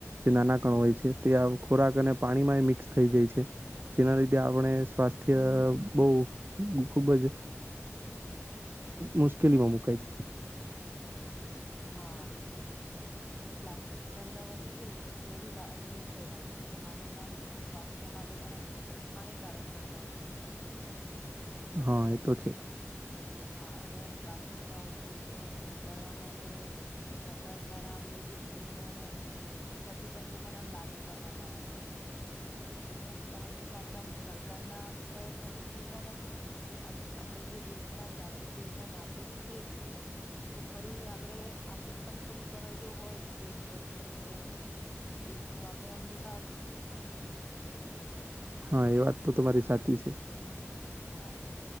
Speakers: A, on the right (about 45°); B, on the left (about 20°).
A: જે નાના કણ હોય છે. તે ખોરાક અને પાણીમાં એ મિક્સ થઈ જાય છે. જેના લીધે આપણે સ્વાસ્થ્ય બહુ ખુબ જ મુશ્કેલીમાં મુકાય છે.
B: હા. અને પ્લાસ્ટિક સળગાવવાથી કેવું, ઝેરી વાયુઓ ફેલાય છે. જે માનવના સ્વાસ્થ્ય માટે પણ હાનિકારક કરતા હોય છે.
A: હા, એ તો છે.
B: હા અને પ્લાસ્ટિકના ઉપયોગને ઘટાડવા માટે સરકાર દ્વારા આમ વિવિધ નિયમો અને પ્રતિબંધો પણ આમ લાગુ કરવામાં આવ્યા છે. અને પરંતુ માત્ર આમ સરકારના પ્રયત્નો તો પૂરતા નથી ને, આમ આપડે જે દેશના જાગૃત દેશના નાગરિક છીએ. તો ફરી આપણેે, આપડી પણ થોડી ફરજો હોય, દેશ પ્રત્યેની ને એ તો આપણેે એમ નિભાવવી જોઈએ.
A: હા, એ વાત તો તમારી સાચી છે.
B: હા.